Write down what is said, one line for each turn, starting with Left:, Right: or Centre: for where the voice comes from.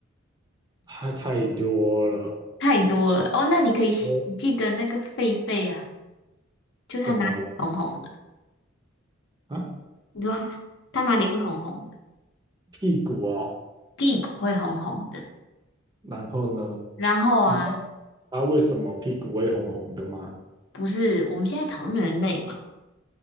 Right: 还太多了。
Left: 太多了哦。那你可以你记得那个狒狒啊，
Right: 哦，
Left: 就它哪里红红的，
Right: 怎么了？啊，
Left: 你说道它哪里会红红的？
Right: 屁股哦。
Left: 屁股会红红的。
Right: 然后呢？
Left: 然后啊，
Right: 你知道为什么屁股会红红的吗？
Left: 不是我们现在讨论人类嘛，